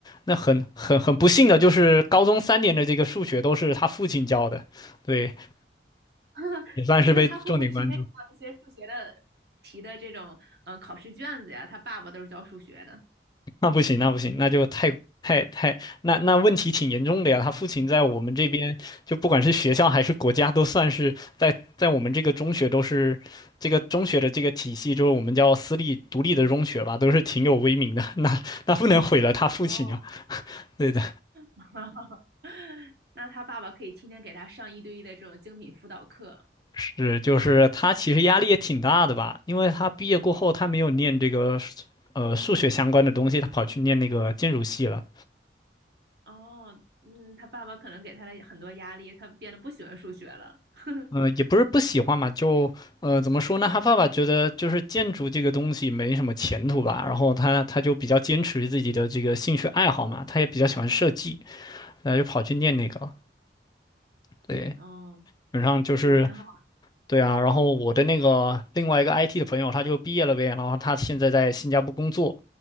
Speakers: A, on the left; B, on the right.
A: 那很很很不幸的就是高中三年的这个数学都是他父亲教的，对。
B: <laughs>
A: 也算是被重点关注。
B: 那他会不会提前做一些数学的题的这种嗯考试卷子呀？他爸爸都是教数学的。
A: 那不行，那不行，那就太太太，那那问题挺严重的呀。他父亲在我们这边，就不管是学校还是国家，都算是在在我们这个中学都是这个中学的这个体系，就是我们叫私立独立的中学吧，都是挺有威名的。<laughs> 那那不能毁了他父亲啊。
B: 哦。
A: 对的，
B: <laughs> 那他爸爸可以天天给他上一对一的这种精品辅导课。
A: 是就是他其实压力也挺大的吧，因为他毕业过后他没有念这个呃数学相关的东西，他跑去念那个建筑系了。
B: 哦，嗯，他爸爸可能给他了很多压力，他变得不喜欢数学了。<laughs>
A: 呃，也不是不喜欢嘛，就呃，怎么说呢？他爸爸觉得就是建筑这个东西没什么前途吧，然后他他就比较坚持自己的这个兴趣爱好嘛，他也比较喜欢设计，然后就跑去念那个了对，基
B: 哦，
A: 本上就是
B: 也挺好。
A: 对啊，然后我的那个另外一个 IT 的朋友，他就毕业了呗，然后他现在在新加坡工作。